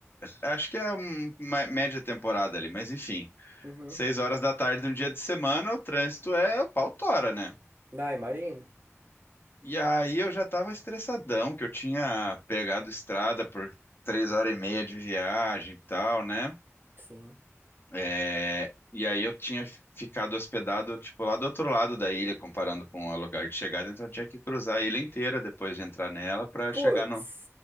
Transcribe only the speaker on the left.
Acho que é uma média temporada ali, mas enfim.
Seis horas da tarde, num dia de semana, o trânsito é o pau tora, né?
E aí eu já tava estressadão, que eu tinha pegado estrada por três horas e meia de viagem e tal, né?
É, E aí eu tinha ficado hospedado, tipo, lá do outro lado da ilha, comparando com o lugar de chegada, então eu tinha que cruzar a ilha inteira depois de entrar nela pra
chegar no,